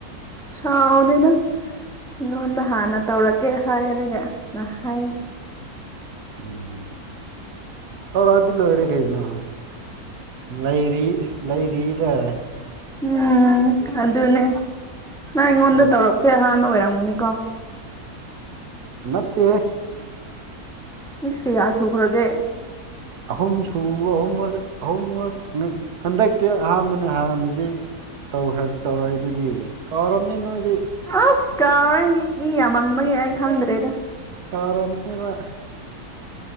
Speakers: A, in the centre; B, on the right.
A: ꯁꯥꯎꯗꯦꯗ ꯑꯩꯉꯣꯟꯗ ꯍꯥꯟꯅ ꯇꯧꯔꯛꯀꯦ ꯍꯥꯏꯔꯒ ꯍꯥꯏ
B: ꯎꯝ ꯇꯧꯔꯛꯑꯗꯤ ꯂꯣꯏꯔꯦ ꯀꯩꯅꯣ ꯂꯩꯔꯤ ꯂꯩꯔꯤꯗ
A: ꯎꯝ ꯑꯗꯨꯅꯦ ꯅꯪ ꯑꯩꯉꯣꯟꯗ
B: ꯂꯩ
A: ꯇꯧꯔꯛꯄ ꯁꯤ ꯑꯍꯥꯟꯕ ꯑꯣꯏꯔꯝꯒꯅꯤꯀꯣ
B: ꯅꯥꯠꯇꯦ
A: ꯏꯁ ꯀꯌꯥ ꯁꯨꯈ꯭ꯔꯒꯦ
B: ꯑꯍꯨꯝꯁꯨ ꯑꯍꯨꯝꯔ ꯑꯍꯨꯝ <unintelligible> ꯍꯟꯗꯛꯇꯤ ꯑꯍꯥꯟꯕꯅ ꯍꯥꯟꯅꯗꯤ ꯇꯧꯔꯛꯏꯗꯨꯗꯤ ꯀꯥꯎꯔꯝꯅꯤ ꯅꯣꯏꯗꯤ
A: ꯑꯁ ꯀꯥꯎꯌ‌ꯦ ꯍꯤ ꯃꯤ ꯌꯥꯝꯃꯪꯕꯒ ꯑꯩ ꯈꯪꯗ꯭ꯔꯦꯗ
B: ꯀꯥꯔꯝꯃꯤꯕ